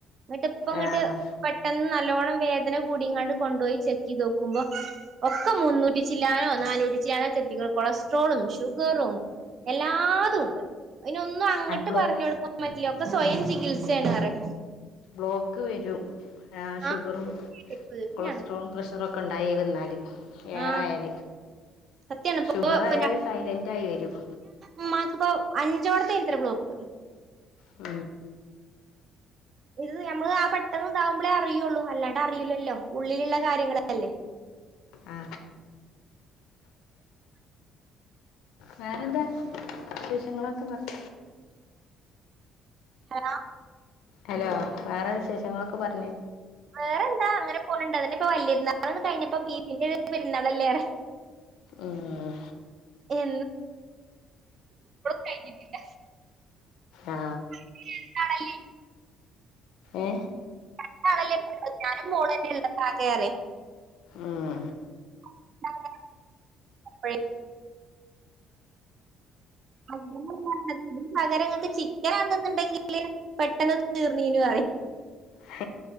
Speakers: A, on the right; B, on the left.
A: എന്നിട്ട് ഇപ്പ ഇങ്ങോട്ട്
B: ആഹ്
A: പെട്ടെന്ന് നല്ലോണം വേദന കൂടി ഇങ്ങാണ്ട് കൊണ്ട് പോയി ചെക്ക് ചെയ്തോക്കുമ്പോ ഒക്കെ മുന്നൂറ്റി ചില്ലാനോ നാനൂറ്റി ചില്ലാനോ കെത്തിക്ക കൊളസ്ട്രോളും ട്രോളും എല്ലാതും ഉണ്ട് അതിനൊന്നും അങ്ങോട്ട്
B: ബ്ലോ
A: പറഞ്ഞു കൊടുക്കൻ പറ്റില്ല ഇ സ്വയം ചികിത്സയാണ് പറയും
B: ബ്ലോക്ക് വരും ഷുഗറും
A: ആ പേടിയാണ്
B: കൊളസ്ട്രോളും പ്രഷറൊക്കെ ഉണ്ടായി വന്നാൽ യേറെയാല്
A: ആ സത്യാണ് ഇപ്പൊ
B: ഷുഗർ
A: പിന്നെ
B: ആയാല് സൈലന്റ് ആയി വരും
A: ഉമ്മാക്കിപ്പോ അഞ്ചോടത്തെ ഇത്ര ബ്ലോക്ക്
B: ഉ
A: ഇത് നമ്മള് ആ പെട്ടെന്ന് ഇതാവുമ്പളെ അറിയുള്ളൂ അല്ലാണ്ട് അറിയില്ലല്ലോ ഉള്ളി ഉള്ളിലുള്ള കാര്യങ്ങൾ അല്ലെ
B: ആ വേറെന്താ വിശേഷങ്ങളൊക്കെ മാറ്റ
A: ഹലോ
B: ഹലോ വേറെ വിശേഷങ്ങളൊക്കെ പറഞ്ഞെ
A: വേറെ എന്താ അങ്ങനെ പോണുണ്ട് അതി ഇപ്പൊ വലിയ പെരുന്നാള് കഴിഞ്ഞപ്പോ ബീഫിന്റെ പരുന്നാളല്ലേറെ <inaudible>
B: ആഹ്
A: ഒ കഴിഞ്ഞിട്ടില്ല
B: ആ
A: ല്ലെ
B: ഏ
A: രണ്ട് ആളല്ലേ ഉള്ളെ ഞാനും മോളും തന്നല്ലെ
B: ഉം
A: <unintelligible> അങ്ങനെ ഇതിന് പകരങ്ങക്ക് ചിക്കനാണെന്നണ്ടെങ്കില് പെട്ടെന്ന് തീർന്നീനു പറയും <inaudible>
B: ഹ